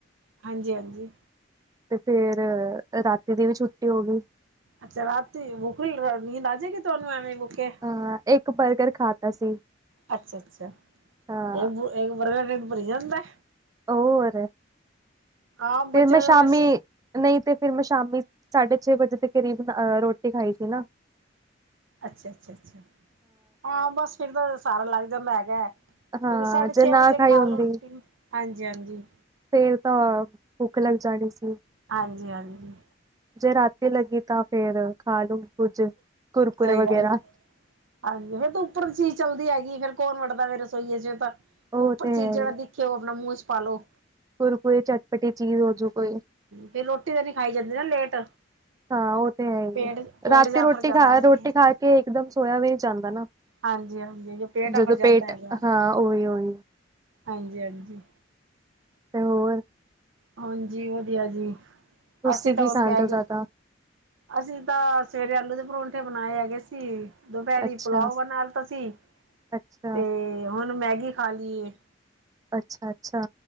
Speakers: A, on the right; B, on the right.
A: ਹਾਂਜੀ ਹਾਂਜੀ।
B: ਤੇ ਫੇਰ, ਰਾਤੀ ਦੀ ਵੀ ਛੁੱਟੀ ਹੋ ਗਈ।
A: ਅੱਛਾ ਰਾਤੀ, ਬੁਖ ਰੀਲ ਨੀਂਦ ਆ ਜਾਏਗੀ, ਤੁਹਾਨੂੰ ਐਵੇਂ ਭੁੱਖੇ।
B: ਹਾਂ, ਇੱਕ ਬਰਗਰ ਖਾਦਾ ਸੀ।
A: ਅੱਛਾ -ਅੱਛਾ,
B: ਹਾਂ
A: ਏਕ ਬੁਰ ਏਕ ਬਰਗਰ ਟਿਡ ਭਰ ਜਾਂਦਾ?
B: ਹੋਰ
A: ਆਪ
B: ਫੇਰ
A: ਬਚਿਆਂ
B: ਮੈਂ ਸ਼ਾਮੀ
A: ਦਾ ਵੈਸ
B: ਨਹੀਂ ਤੇ ਫਿਰ ਮੈਂ ਸ਼ਾਮੀ, ਸਾਢੇ ਛੇ ਵਜੇ ਦੇ ਕਰੀਬ ਅ ਰੋਟੀ ਖਾਈ ਸੀ ਨਾ।
A: ਅੱਛਾ, ਅੱਛਾ, ਅੱਛਾ, ਹਾਂ ਬਸ ਫਿਰ, ਸਾਰਾ ਲੱਗ ਜਾਂਦਾ ਹੈਗਾ। ਕਿਉਂਕਿ
B: ਹਾਂ
A: ਸਾਡੇ ਛੇ
B: ਜੇ ਨਾ
A: ਵਜੇ
B: ਖਾਈ
A: ਖਾ
B: ਹੁੰਦੀ
A: ਲਓ ਰੋਟੀ। ਹਾਂਜੀ, ਹਾਂਜੀ।
B: ਫੇਰ ਤਾਂ ਭੁੱਖ ਲੱਗ ਜਾਣੀ ਸੀ।
A: ਹਾਂਜੀ ਹਾਂਜੀ,
B: ਜੇ ਰਾਤੀ ਲੱਗੀ ਤਾਂ ਫੇਰ, ਖਾ ਲਵੋ ਕੁੱਝ, ਕੁਰਕੁਰੇ
A: ਸਹੀ
B: ਵਗੈਰਾ।
A: ਗੱਲ ਹੈ। ਹਾਂਜੀ, ਫਿਰ ਤੇ ਉੱਪਰ ਚੀਜ਼ ਚੱਲਦੀ ਹੈਗੀ ਏ, ਫਿਰ ਕੌਣ ਵੱਡਦਾ ਵੇ ਰਸੋਈ ਏਹ ਤਾਂ
B: ਉਹ
A: ਉੱਪਰ
B: ਤੇ
A: ਚੀਜ਼
B: ਹੈ
A: ਜਿਹੜਾ
B: ਹੀ
A: ਦੇਖੇ, ਉਹ ਆਪਣਾ ਮੂੰਹ 'ਚ ਪਾਲੋ
B: ਕੁਰਕੁਰੇ, ਚਟਪਟੀ ਚੀਜ਼ ਹੋਜੂ ਕੋਈ
A: ਫਿਰ ਰੋਟੀ ਤਾਂ ਨੀ ਖਾਈ ਜਾਂਦੀ ਨਾ ਲੇਟ
B: ਹਾਂ ਉਹ ਤੇ ਹੈ ਹੀ
A: ਪੇਟ
B: ਏ,
A: ਪੇਟ
B: ਰਾਤੀ
A: ਜਾਫਰ
B: ਰੋਟੀ
A: ਜਾਂਦਾ
B: ਖਾ
A: ਹੈਗਾ
B: ਰੋਟੀ ਖਾ ਕੇ ਇੱਕਦਮ ਸੋਇਆ ਵੀ ਜਾਂਦਾ ਨਾ
A: ਹਾਂਜੀ- ਹਾਂਜੀ ਪੇਟ
B: ਜਦੋਂ
A: ਅਫਰ ਜਾਂਦਾ
B: ਪੇਟ
A: ਹੈਗਾ,
B: ਹਾਂ ਉਹੀ ਉਹੀ
A: ਹਾਂਜੀ -ਹਾਂਜੀ
B: ਤੇ ਹੋਰ
A: ਹਾਂਜੀ ਵਧੀਆ ਜੀ,
B: ਤੁਸੀਂ
A: ਅਸੀਂ ਤਾਂ
B: ਕੀ
A: ਹੁਣ
B: ਖਾਂਦੇ
A: ਮੈਂਗ
B: ਹੋ ਜ਼ਿਆਦਾ
A: ਅਸੀਂ ਤਾਂ, ਸਵੇਰੇ ਆਲੂ ਦੇ ਪਰੋਂਠੇ ਬਣਾਏ ਹੈਗੇ ਸੀ ਦੁਪਹਿਰੀ
B: ਅੱਛਾ
A: ਪੁੁਲਾਓ ਬਣਾ ਲਿਤਾ ਸੀ,
B: ਅੱਛਾ
A: ਤੇ ਹੁਣ ਮੈਗੀ ਖਾ ਲਈਏ
B: ਅੱਛਾ -ਅੱਛਾ,